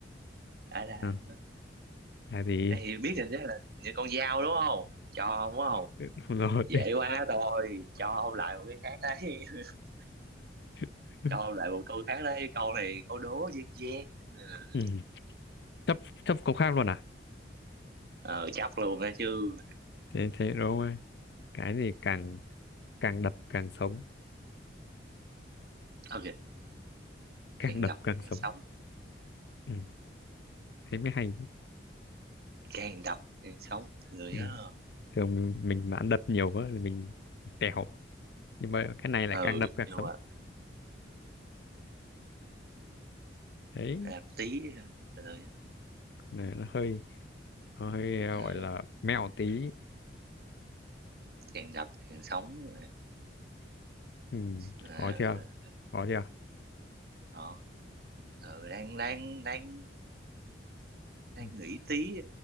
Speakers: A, on the right; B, on the left.
A: à là
B: Ừ, là gì?
A: này thì biết rồi đó là như con dao đúng không cho đúng không
B: <laughs> Đúng rồi.
A: dễ quá thôi cho ông lại một cái khác đấy <laughs>
B: <laughs>
A: cho ông lại một câu khác đấy câu này câu đố dân gian Ừ.
B: Ừm, chấp chấp câu khác luôn à?
A: ờ chắc luôn đó chứ
B: Thế thế đúng không? ạ? Cái gì càng càng đập càng sống,
A: ok
B: càng
A: càng
B: đập
A: đập
B: càng
A: càng
B: sống.
A: sống
B: Ừm, thế mới hay.
A: càng đập càng sống từ từ nhá
B: Ừ. thường mình, mình mà ăn đập nhiều quá thì mình tèo nhưng mà cái này
A: ừ
B: lại càng đập càng
A: nhưng
B: sống
A: mà
B: đấy
A: làm tí từ từ nhá
B: này nó hơi nó hơi ờ,
A: Ờ,
B: gọi là mẹo tí
A: càng đập càng sống là,
B: ừ,
A: là,
B: khó chưa
A: là, là,
B: khó chưa
A: ờ, ừ, đang đang đang đang
B: ừ.
A: nghĩ tí